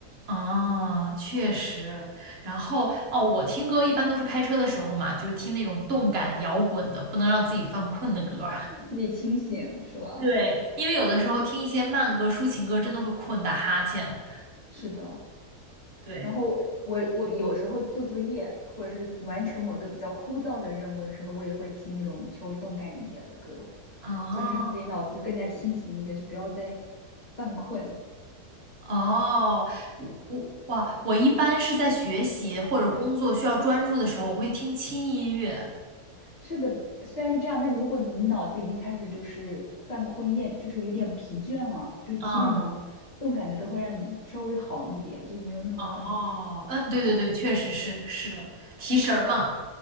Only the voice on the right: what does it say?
啊，确实。然后哦，我听歌一般都是开车的时候嘛，就是听那种动感摇滚的，不能让自己犯困的歌。
对，因为有的时候听一些慢歌、抒情歌，真的会困打哈欠。
对，
哦
哦，我我哇，我一般是在学习或者工作需要专注的时候，我会听轻音乐。
嗯，
哦，嗯，对对对，
确实是是的，提神儿嘛，